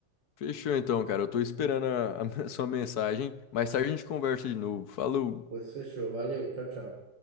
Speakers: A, on the left; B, on the right.
A: Fechou então, cara. Eu tô esperando a, a <laughs> sua mensagem. Mais tarde a gente conversa de novo. Falou!
B: Pois fechou, valeu, tchau, tchau.